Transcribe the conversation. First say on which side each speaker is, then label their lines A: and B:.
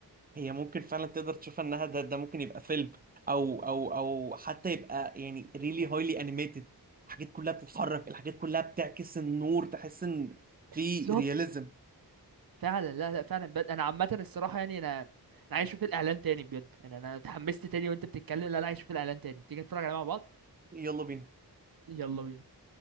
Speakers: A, on the right; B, on the right.
A: هي ممكن فعلا تقدر تشوفها انها ده, ده ممكن يبقى فيلم او او او حتى يبقى يعني ريلي هايلي انيميتد الحاجات كلها بتتحرك الحاجات كلها بتعكس النور تحس ان
B: بالظبط
A: في رياليزم
B: فعلا لا لا فعلا بجد انا عامة الصراحة يعني انا انا عايز اشوف الاعلان تاني بجد يعني انا اتحمست تاني وانت بتتكلم لا لا عايز اشوف الاعلان تاني تيجي نتفرج عليه مع بعض
A: يلا بينا
B: يلا بينا